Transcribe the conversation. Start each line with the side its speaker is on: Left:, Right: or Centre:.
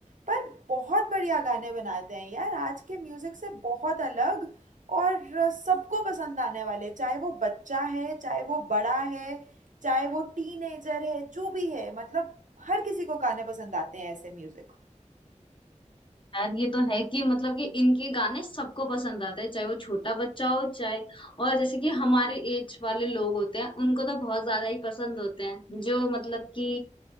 Right: पर बहुत बढ़िया गाने बनाते हैं यार आज के म्यूजिक से बहुत अलग और अ, सबको पसंद आने वाले चाहे वो बच्चा है चाहे वो बड़ा है चाहे वो टीनेजर है जो भी है मतलब हर किसी को गाने पसंद आते हैं ऐसे म्यूजिक
Left: यार ये तो है कि मतलब कि इनके गाने सबको पसंद आते हैं चाहे वो छोटा बच्चा हो चाहे और जैसे कि हमारे एज वाले लोग होते हैं उनको तो बहुत ज्यादा ही पसंद होते हैं जो मतलब कि